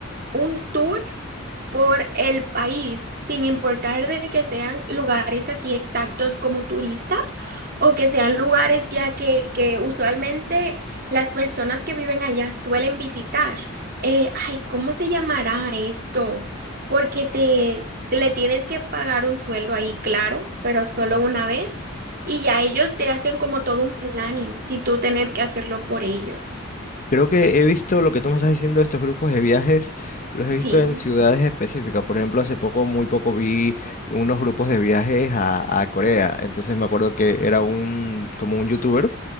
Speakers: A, on the right (about 45°); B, on the left (about 40°).
A: un tour por el país, sin importar de que sean lugares así exactos como turistas o que sean lugares ya que, que usualmente las personas que viven allá suelen visitar. Eh, ay, ¿cómo se llamará esto? porque te le tienes que pagar un sueldo ahí, claro, pero solo
B: Ujú.
A: una vez y ya ellos te hacen como todo un planning sin tú tener que hacerlo por ellos.
B: Creo que he visto lo que tú me estás diciendo, estos grupos de viajes, los he
A: Sí.
B: visto en ciudades específicas. Por ejemplo, hace poco, muy poco, vi unos grupos de viajes a, a Corea. Entonces me acuerdo que era un, como un youtuber